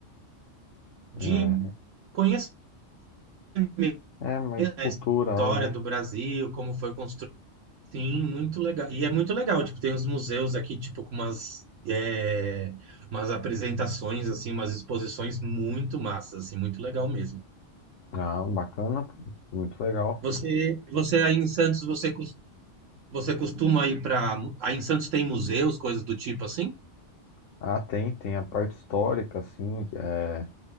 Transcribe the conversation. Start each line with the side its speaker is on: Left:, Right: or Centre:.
Right: de
Left: é.
Right: conhecer mesmo
Left: É mais
Right: a
Left: cultural,
Right: história
Left: né?
Right: do Brasil, como foi construído. Sim, muito legal. E é muito legal, tipo, tem uns museus aqui, tipo, com umas, é, umas apresentações, assim, umas exposições muito massas, assim, muito legal mesmo.
Left: Ah, bacana, pô, muito legal.
Right: Você, você aí em Santos, você Você costuma ir para. Aí em Santos tem museus, coisas do tipo assim?
Left: Ah, tem, tem a parte histórica, assim, é,